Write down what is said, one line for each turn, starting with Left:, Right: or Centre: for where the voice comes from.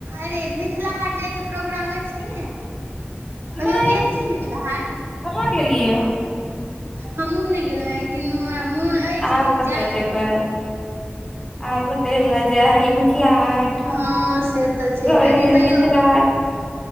Right: अरे मिथिला हाट जायके प्रोग्राम अछि कि नहि कहियो
Centre: नहि
Right: गेल छी मिथिला हाट
Centre: कहाँ गेलियै हम
Right: हमहूँ नहि गेलहुँ एक दिनमे हमरा मोन अछि
Centre: आब
Right: जे
Centre: कतऽ
Right: जाय
Centre: जेबै
Right: अपना
Centre: आब हेतै हमरा जायल मि थिला हाट
Right: हँ से तऽ छै
Centre: घरेमे
Right: लेकिन तैयो
Centre: मिथिला हाट